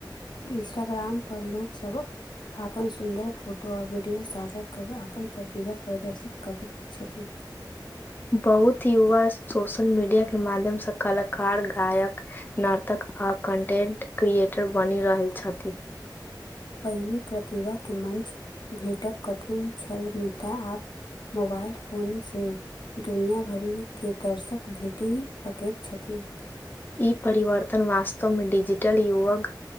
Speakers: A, on the left (about 70°); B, on the left (about 25°).
A: इन्स्टाग्राम पर लोक सब अपन सुन्दर फोटो आओर वीडियो साझा कर अपन प्रतिभा प्रदर्शित करैत। छथि।
B: बहुत युवा सोशल मीडिया के माध्यम से कलाकार गायक नाटक आ कन्टेंट क्रिएटर बनि रहल छथि।
A: पहिने प्रतिभा के मंच भेटब कठिन छल मुदा आब मोबाइल फोनसे दुनियाँ भरि के दर्शक भेटी सकैत छथि।
B: ई परिवर्तन वास्तवमे डजिटल युवक